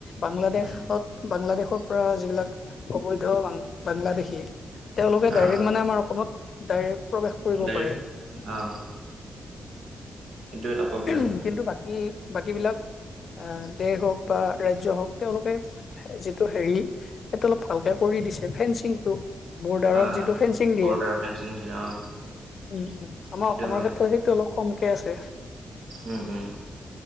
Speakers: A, on the left; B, on the right.
A: বাংলাদেশত-বাংলাদেশৰ
B: উম
A: পৰা যিবিলাক অবৈধ বা বাংলাদেশী তেওঁলোকে
B: অ
A: ডাইৰেক্ট মানে আমাৰ অসমত ডাইৰেক প্ৰৱেশ কৰিব
B: ডাইৰেক্ট
A: পাৰে।
B: অ সেইটো এটা প্ৰব্লেম
A: উম কিন্তু বাকী-বাকী বিলাক আহ দেশ হওক বা ৰাজ্য হওক, তেওঁলোকে যিটো হেৰি সেইটো অলপ ভালকে কৰি দিছে। ফেঞ্চিংটো বৰ্ডাৰত
B: অ
A: যিটো
B: অ
A: ফেঞ্চিং দিয়ে।
B: বৰ্ডাৰ ফেঞ্চিং থাকে অ
A: উম, উম, আমাৰ
B: সেইটো
A: অসমৰ
B: হয়
A: ক্ষেত্ৰত সেইটো অলপ কমকে আছে।
B: উম উম